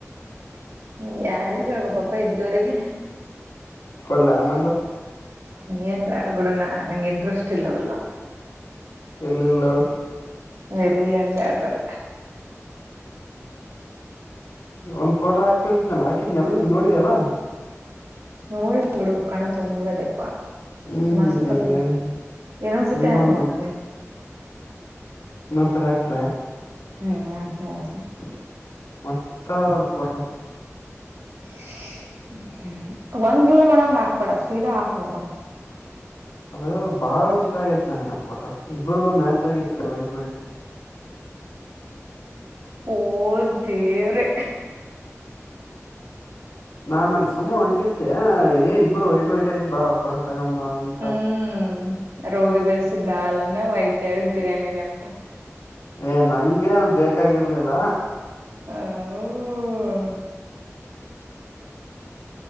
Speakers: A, on the right (about 70°); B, on the left (about 85°).
A: <inaudible> ಯಾರಿಗೆ ಹೆಳ್ಬೆಕಪ ಇದ್ದವ್ರರಿಗೆ
B: ಕೊಡ್ಲ ಆ ನಂಬರ
A: ಏನ್ ಬ್ಯಾಡ ಬಿಡಣ್ಣಾ ನಂಗೆ ಇಂಟ್ರೆಸ್ಟ ಅವೆಲ್ಲ
B: ಎಲ್ಲಿಲ್ಲ ಅವಳ
A: ಎಲ್ಲನ ಬ್ಯಾಡ ಬ್ಯಾಡ
B: ಒಂದ ಫೋಟೋ ಹಾಕತನ ಅದಿದ್ನಲ್ಲ ಹಾಕಿದ್ನನೆಲ್ಲ ನೋಡಿದೆಲ್ಲಾ
A: ನೋಡಿದ್ನ ಬಿಡು ಕಣುತುಂಬದೆಪ್ಪ...
B: ಹ್ಮ್
A: ಮಸ್ತ ತಕ್ಕೊಂಡಿ <inaudible> ಇನೊಂದ್ಸತಿ
B: ಹಿಂಗ್
A: ಯಾಕ
B: ಬಂದ
A: ನೋಡ್ತನಿ.
B: ಇನ್ನೊಂದ ಸರಿ ಹಾಕ್ಲ...
A: ಹ್ಞ ನಾಕ ನೋಡ್ತೀನಿ
B: <inaudible> ಮಸ್ತ ದ ಫೋಟೋ...
A: <unintelligible> ಒಂದ್ ವ್ಯೂ್ ನೋಡಂಗ ಹಾಕ್ಬೇಡ ಸ್ವೀಧಾ ಹಾಕ್ ನೋಡಂಗ
B: ಅದು ಬಾಳ ಇಷ್ಟ ಆಗೈತಿ ನನಗೆ ಆ ಫೋಟೋ ಇಬ್ಬ್ರಗೂ ಮ್ಯಾಚ್ ಆಗೈತಿ ವೈಟ್ ವೈಟ
A: ಓಹ ದೇವ್ರೆ
B: ನಾನ್ ಅಲ್ಲಿ ಸುಮ್ಮ ಹೊಂಟಿದ್ದೆ ಏ ಇಬ್ರು ವೈಟ್ ವೈಟ ಇದ ಬಾ ಫೋಟ ತಗೊಂಬಾ ಅ
A: ಹ್ಮ್ ರೋಗಿ ಬಯಸಿದ ಹಾಲನ್ನ ವೈದ ಹೇಳಿದ ಬಿರಿಯಾನಿನ ಅಂತ
B: ಏ ನಂಗೇನು ಬೇಕಾಗಿರ್ಲಿಲ್ಲ
A: ಹೌ....